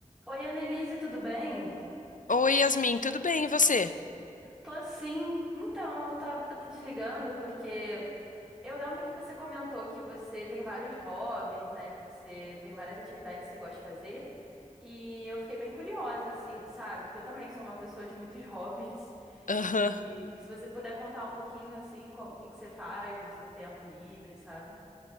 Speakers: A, in the centre; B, on the left.
A: Oi, Annelise, tudo bem?
B: Oi, Yasmin, tudo bem? E você?
A: Tô sim. Então, eu tava, eu tô te ligando porque eu lembro que você comentou que você tem vários hobbies, né? Que você tem várias atividades que você gosta de fazer. E eu fiquei bem curiosa, assim, sabe? Porque eu também sou uma pessoa de muitos <laughs> hobbies.
B: Aham.
A: E que se você puder contar um pouquinho, assim, como, o que que você faz no seu tempo livre, sabe?